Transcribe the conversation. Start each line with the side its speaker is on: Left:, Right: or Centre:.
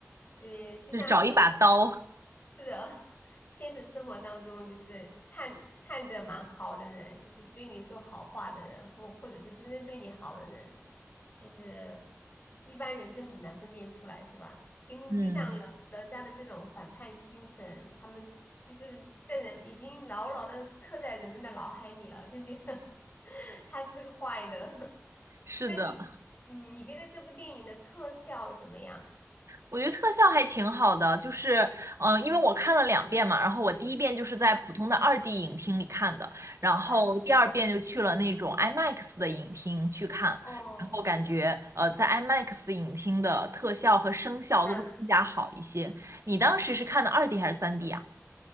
Left: 对，
Right: <laughs>
Left: 就像现实中
Right: 就是找一把刀。
Left: 是的，<laughs> 现实生活当中就是看看着蛮好的人，就是对你说好话的人，或或者是真正对你好的人，其实一般人就很难分辨出来，是吧？跟就像哪哪吒的这种反叛精神，
Right: 嗯，
Left: 他们就是在人已经牢牢的刻在人们的脑海里了，就觉得 <laughs> 他是个坏的。<laughs>
Right: 是的。
Left: 那你，嗯，你觉得这部电影的特效怎么样？
Right: 我觉得特效还挺好的，就是，嗯、呃因为我看了两遍嘛，然后我第一遍就是在普通的二
Left: 嗯
Right: d 影厅里看的，然后第二遍就去了那种
Left: 嗯。
Right: IMAX 的影厅去看，
Left: 哦，
Right: 然后感觉，呃，在 IMAX 影厅的特效和声效都会更加好一些。
Left: 嗯，
Right: 你当时是看的二 d 还是三 d 啊？